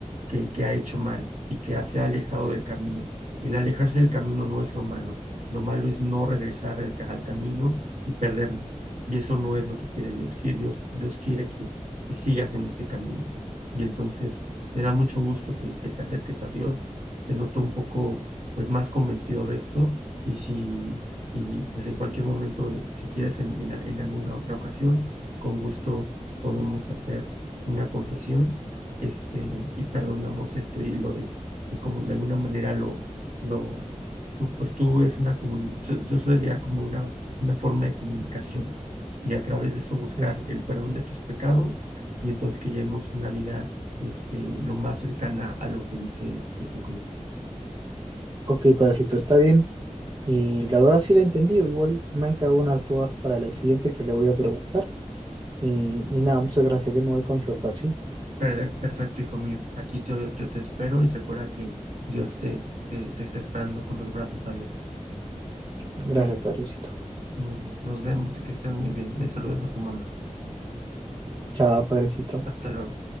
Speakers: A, on the right (about 70°); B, on the right (about 35°).
A: que, que ha hecho mal y que se ha alejado del camino. El alejarse del camino no es lo malo. Lo malo es no regresar al, al camino y perdernos. Y eso no es lo que quiere Dios. Que Dios, Dios quiere que, que sigas en este camino. Y entonces me da mucho gusto que, que te acerques a Dios. Te noto un poco pues más convencido de esto. Y si y pues en cualquier momento, si quieres, en, en, en alguna otra ocasión, con gusto podemos hacer una confesión, este, y perdonamos esto y lo de, y como de alguna manera lo, lo, pues tú es una comuni- yo, yo sería como una, una forma de comunicación y a través de eso buscar
B: Ujú.
A: el perdón de tus pecados y entonces que llevemos una vida, este, lo más cercana a lo que dice Jesucristo.
B: Ok, padrecito, está bien. Y la verdad sí la he entendido. Igual me han quedado unas dudas para la siguiente que le voy a preguntar. Y, y nada, muchas gracias. Yo me voy con mis papás, ¿sí?
A: Per- Perfecto, hijo mío. Aquí te- yo te espero y recuerda que Dios te, te, te está esperando con los brazos abiertos.
B: Gracias, padrecito.
A: Muy bien. Nos vemos. Que estés muy bien. Me saludas a tu mamá.
B: Chao, padrecito.
A: Hasta luego.